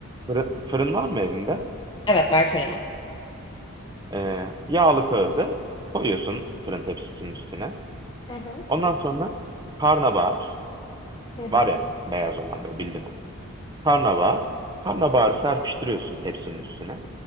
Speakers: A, on the right; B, on the left.
A: Fırın, fırın var mı evinde?
B: Evet var fırınım.
A: Ee, yağlı kağıdı koyuyorsun fırın tepsisinin üstüne.
B: Hı hı,
A: Ondan sonra karnabahar
B: hı hı.
A: var ya beyaz olan böyle bildin onu. Karnabahar. Karnabaharı serpiştiriyorsun tepsinin üstüne.